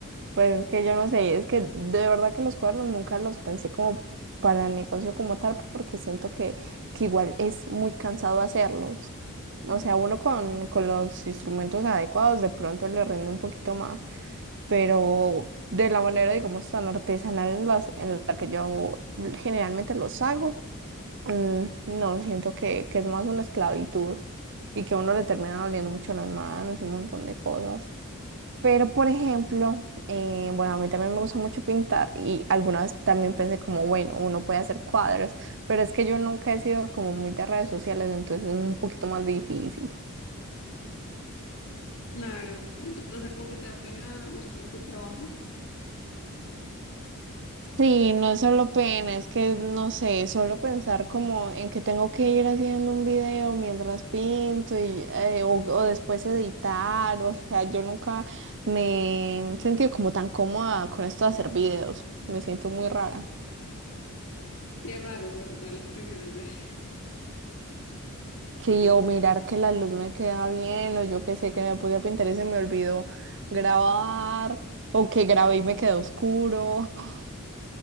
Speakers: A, on the right; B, on the left.
A: pues que yo no sé, es que de verdad que los cuernos nunca los pensé como para el negocio como tal, porque siento que, que igual es muy cansado hacerlos. O
B: Ya.
A: sea, uno con, con los instrumentos adecuados de pronto le rinde un poquito más pero de la manera, digamos, tan artesanal en las, en la que yo generalmente los hago, mm, no, siento que, que es más una esclavitud y que a uno le termina doliendo mucho las manos y un montón de cosas. Pero, por ejemplo, eh, bueno, a mí también me gusta mucho pintar y alguna vez también pensé como, bueno, uno puede hacer cuadros, pero es que yo nunca he sido como muy de redes sociales, entonces es un poquito más difícil.
B: Claro, no, o sea, como que te da pena mostrar tu trabajo.
A: Sí, no es solo pena, es que no sé, solo pensar como en que tengo que ir haciendo un video mientras pinto y, eh, o, o después editar, o sea, yo nunca me he sentido como tan cómoda con esto de hacer videos, me siento muy rara.
B: Sí, es raro, sobre todo las primeras <laughs> veces.
A: Sí,
B: Sí.
A: o mirar que la luz me queda bien, o yo que sé que me podía pintar y se me olvidó grabar, o que grabé y me quedó oscuro, <laughs>